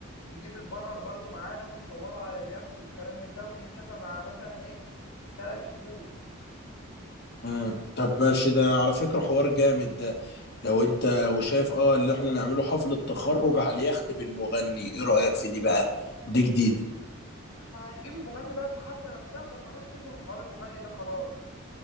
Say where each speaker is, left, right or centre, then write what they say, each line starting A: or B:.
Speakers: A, on the left (about 75°); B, on the left (about 50°).
A: ونجيب البانر برضو معانا ويصوروا على اليخت والكلام من ده ونتفق مع مثلا ايه ثلاث شهور
B: مم. طب ماشي ده على فكرة حوار جامد ده لو انت وشايف اه اللي احنا نعمله حفلة تخرج على اليخت بالمغني ايه رأيك في دي بقى؟ دي جديدة
A: ما احنا هنجيب المغني بقى في الحفلة نفسها فخلاص سيبنا من حوار المغني ده خلاص